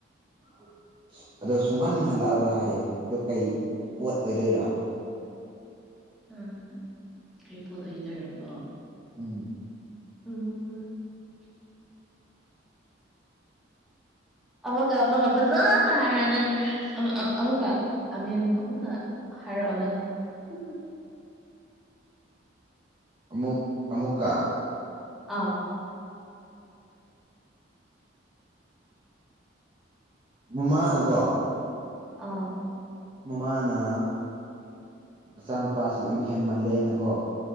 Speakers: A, on the right; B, in the centre.
A: <unintelligible> ꯑꯗꯣ ꯁꯨꯡꯍꯟ ꯍꯜꯂꯛꯑꯔꯣꯏ ꯍꯥꯏꯌꯦ ꯑꯗꯨ ꯀꯩ ꯄꯣꯠ ꯑꯣꯏꯗꯣꯏꯔꯥ?
B: ꯎꯝ ꯀꯔꯤ ꯄꯣꯠ ꯑꯣꯏꯗꯣꯏꯔꯕꯣ
A: ꯎꯝ
B: ꯎꯝ ꯑꯃꯛꯀ ꯑꯃꯛꯀ ꯐꯖꯅ ꯍꯥꯏꯔꯣ ꯅꯪꯒꯤ ꯑ-ꯑꯃꯨꯛꯀ ꯑ ꯃꯤꯟ ꯑꯃꯨꯛꯀ ꯍꯥꯏꯔꯛꯑꯣꯅ <unintelligible>
A: ꯑꯃꯨꯛ ꯑꯃꯨꯛꯀ
B: ꯑꯥ
A: ꯃꯃꯥꯅꯀꯣ <inaudible>
B: ꯑꯥ
A: ꯃꯃꯥꯅ ꯃꯆꯥꯅꯨꯄꯥꯁꯤ ꯂꯝ ꯍꯦꯟꯃꯜꯂꯦꯅ ꯀꯣ